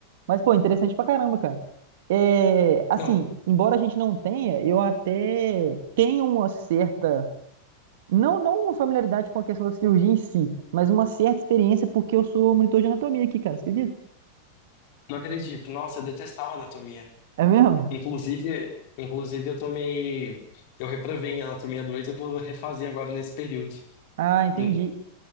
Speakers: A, on the right (about 55°); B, on the left (about 45°).
A: Mas, pô, interessante pra caramba, cara. É, assim,
B: Não,
A: embora a gente não tenha, eu até tenho uma certa, não, não uma familiaridade com a questão da cirurgia em si, mas uma certa experiência porque eu sou monitor de anatomia aqui, cara, você acredita?
B: não acredito. Nossa, eu detestava anatomia.
A: É mesmo?
B: Inclusive, inclusive eu tomei, eu reprovei em anatomia 2. eu vou refazer agora nesse período.
A: Ah, entendi,
B: No-